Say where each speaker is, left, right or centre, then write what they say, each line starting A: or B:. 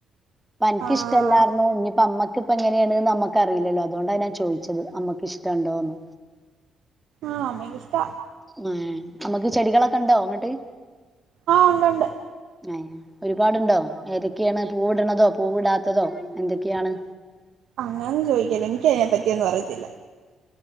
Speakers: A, in the centre; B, on the right (about 75°).
A: <unintelligible> പ്പ അൻക്ക്
B: ആഹ്
A: ഇഷ്ടല്ലാർന്നു ഇനിപ്പോ അമ്മയ്- പ്പഞ്ഞ് അങ്ങനെണ് നമ്മക്ക അറിയില്ലല്ലോ അതോണ്ടാണ് ഞാൻ ചോദിച്ചത് അമ്മക്ക് ഇഷ്ടണ്ടോന്ന്
B: ആഹ അമ്മയ്ക്ക് ഇഷ്ടാ
A: ആ ഏ അമ്മക്ക് ചെടികളൊക്കെണ്ടോങ്ങട്ട്
B: ആഹ ഉണ്ടുണ്ട്
A: ഏ ഒരുപാടുണ്ടോ ഏതൊക്കെയാണ് പൂവ്ട്ണതോ പൂവ്ടാത്തതോ എന്തൊക്കെയാണ്
B: ആ അങ്ങനെ ചോയ്ക്കല്ലേ എനിക്കയ്നെ പറ്റി റ്റൊന്നും അറിയത്തില്ല